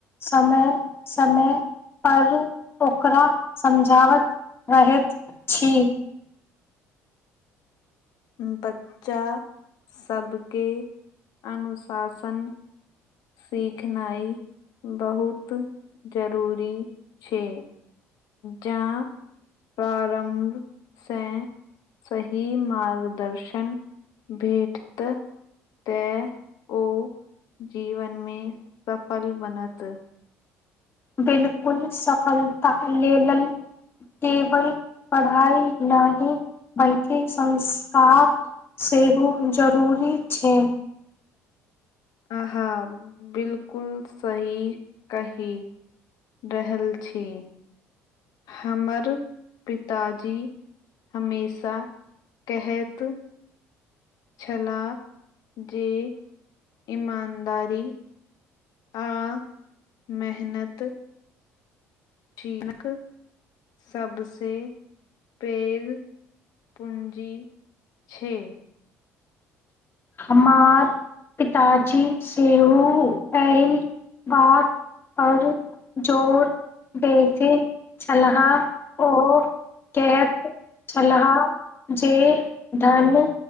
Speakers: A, on the left; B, on the left.
A: समय-समय पर ओकरा समझाबत रहैत छी।
B: ह्म्म बच्चा सबके अनुशासन सिखनाय बहुत जरूरी छै, जा प्ररम्भ से सही मार्गदर्शन भेटत तै ओ जीवन मे सफल बनत
A: बिलकुल सफलता लेलल केवल पढ़ाई नहि, बल्कि संस्कार सेहो जरूरी छै।
B: अहा बिलकुल सही कहि रहल छी, हमर पिताजी हमेशा केहैत छला जे ईमानदारी आ मेहनत चीनकक सबसे पैघ पूंजी छै।
A: हमर पिताजी सेहो एहि बात पर जोर देैत छलाह ओ कहैत छलाह जे धन